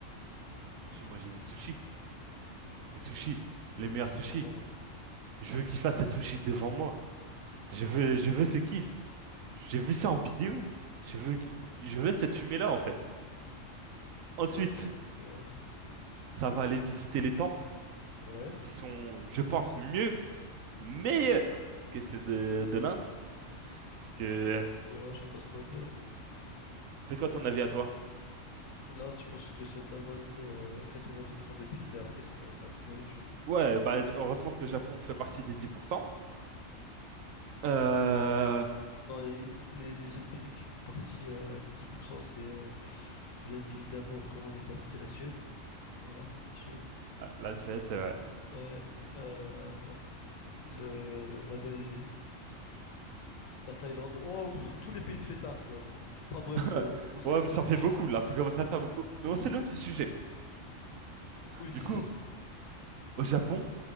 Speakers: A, on the right; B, on the left.
A: je vais manger des sushis. Des sushis,
B: C'est
A: les meilleurs
B: c'est
A: sushis.
B: vraiment...
A: Je veux qu'il fasse ses sushis devant moi. Je veux, je veux ce kiff. J'ai vu ça en vidéo. Je veux, que- je veux cette fumée-là, en fait. Ensuite,
B: D'accord.
A: ça va aller visiter les temples
B: Ouais.
A: qui sont, je pense, mieux, meilleurs que ceux de, de l'Inde. Parce que
B: Ouais, chacun son avis, hein.
A: c'est quoi ton avis à toi?
B: L'Inde, je pense que ça tabasse euh, à 90% des pays, mais après, ça, ça reste mon avis, tu vois.
A: Ouais, bah, heureusement que le Japon fait partie des 10%. Euh,
B: Non, les, les- les seuls pays qui font partie euh, des 10% c'est euh, bien évidemment, comment ne pas citer la Suède. Voilà, la Suède.
A: ah, La Suède, c'est vrai.
B: Ouais, euh, le, la Malaisie, la Thaïlande. Oh, pff, tous les pays de fêtards, tu vois, mais... Enfin bref,
A: <laughs>
B: euh, on on s'écarte
A: Ouais, mais ça
B: un peu
A: fait
B: du
A: beaucoup,
B: sujet.
A: là. Ça commence à faire beaucoup. Mais on s'éloigne du sujet.
B: Oui,
A: Du
B: c'est
A: coup, au Japon,